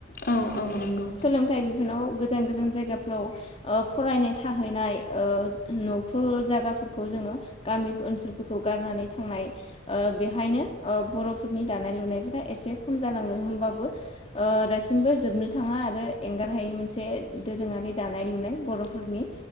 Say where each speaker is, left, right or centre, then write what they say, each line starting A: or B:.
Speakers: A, on the left; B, on the left.
A: औ औ नंगौ
B: सोलोंथाइ बिफानाव गोजान गोजान जायगा फ्राव फरायनो थाहैनाय न'फोर जा गाफोरखौ जोङो गामि ओनसोलफोरखौ गारनानै थांनाय ओ बेहायनो ओ बर'फोरनि दानाय लुनायफोरा एसे खम जालांदों होनोमबाबो ओ दासिमबो जोबनो थाङा आरो एंगार हायि मोनसे दोरोङारि दानाय लुनाय बर'फोरनि